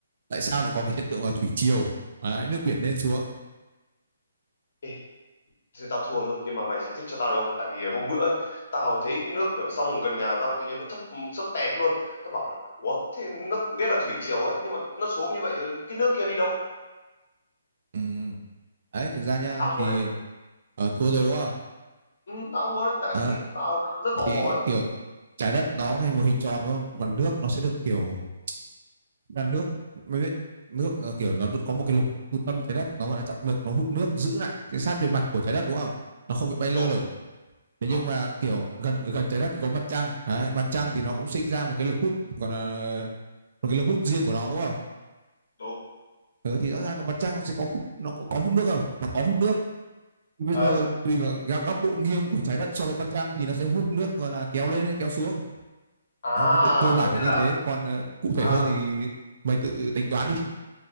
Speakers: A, on the right; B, on the left.
A: tại sao lại có cái hiện tượng là thủy triều. Đấy, nước biển lên xuống.
B: Ê, thế tao thua luôn nhưng mà mày giải thích cho tao được không tại vì hôm bữa ấy, tao thấy cái nước ở sông gần nhà tao tự nhiên nó thấp sấp tẹt luôn tao bảo là ủa thế nó biết là thủy triều ấy nhưng mà nó xuống như vậy rồi cái nước kia đi đâu
A: Ừ. Đấy, thực ra nha
B: tao
A: thì
B: thua đấy
A: ờ, thua rồi đúng không?
B: ừ, tao thua đấy giải
A: Ờ,
B: thích đi tao rất, rất tò
A: thì
B: mò đấy
A: kiểu trái đất nó là một hình tròn đúng không? Mà nước nó sẽ được kiểu là nước mày biết nước ờ, kiểu nó có một cái lục trung tâm trái đất nó gọi là trọng lực nó hút nước giữ lại cái sát bề mặt của trái đất đúng không? Nó không bị bay lơ
B: đúng
A: lửng. thế
B: đúng
A: nhưng mà kiểu gần gần trái đất thì có mặt trăng đấy, mặt trăng thì nó cũng sinh ra một cái lực hút còn là một cái lực hút riêng của nó đúng không
B: đúng
A: ừ, thì rõ ràng là mặt trăng nó sẽ có hút nó có, có hút nước không nó có hút nước bây
B: ờ
A: giờ tùy vào góc độ nghiêng của trái đất so với mặt trăng thì nó sẽ hút nước rồi là kéo lên hay kéo xuống
B: à
A: đấy vì cơ bản
B: có nghĩa
A: là như
B: là
A: thế còn ờ, cụ thể
B: à
A: hơn thì mày tự tính toán đi